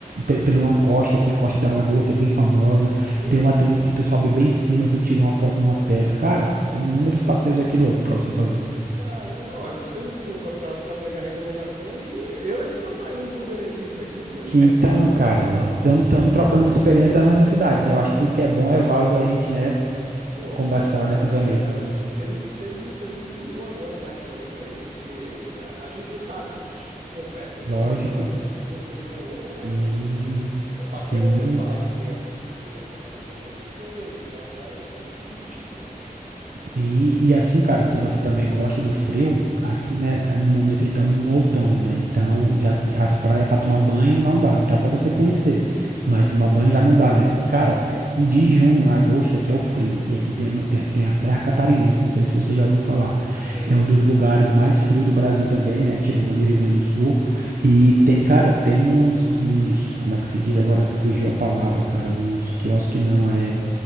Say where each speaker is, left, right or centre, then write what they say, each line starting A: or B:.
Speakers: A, on the right (about 80°); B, on the right (about 60°).
A: pe- pela uma costa aqui, Costa da Lagoa, que é bem famosa.
B: Sim.
A: Tem uma trilha que tu sobe bem em cima, tu tira uma foto numa pedra. Cara, tem inúmeros passeios aqui louco para você fazer.
B: Caramba, ó, você me ligou pra, pra, pra pegar a recomendação e eu é que tô saindo do benefício aqui, poxa.
A: Então, cara, estamos trocando as experiências da nossa cidade, né? Eu acho que tudo que é bom é válido a gente, né?
B: Porra,
A: Conversar,
B: bom demais,
A: né, com os amigos.
B: cara. Você me, você me, você me iluminou agora mais também pra ir, porque a, a gente não sabe, né? A gente conversa, a gente
A: Lógico.
B: vai descobrindo. Eu sei de uma coisinha ou outra, mas
A: Hum,
B: é bacana
A: sim.
B: você falar que tem essas trilhas aí pra fazer também, porque já, já entra no script aqui, poxa.
A: Sim, e assim, cara, se você também gosta do frio, aqui, né, no momento estamos no outono, né? Então, já t- as praias para tomar banho não dá, dá para você conhecer,
B: Sim.
A: mas tomar banho já não dá, né? Cara, de junho a agosto aqui é o frio, e aqui tem, ma- tem, tem a Serra Catarinense, não sei se você já ouviu falar.
B: Sim.
A: É um dos lugares mais frios do Brasil também, né? Tirando ali o Rio Grande do Sul. E tem, cara, tem uns, uns, como é que se diz agora? Fugiu a palavra, cara, uns quiosques não, é